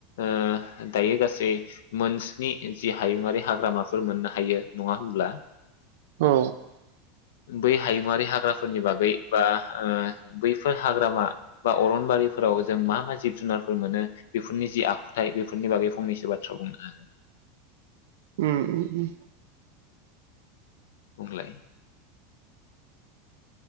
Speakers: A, on the left; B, on the right.
A: ओ दायो गासै मोनस्नि जि हायुंआारि हाग्रामाफोर मोननो हायो नङा हमब्ला
B: औ
A: बै हायुंआारि हाग्राफोरनि बागै बा ओ बैफोर हाग्रामा बा अरनबारिफोराव जों मा मा जिब जुनारफोर मोनो बेफोरनि जि आखुथाय बेफोरनि बागै फंनैसो बाथ्रा बुंनो
B: उम उम उम
A: बुंलाय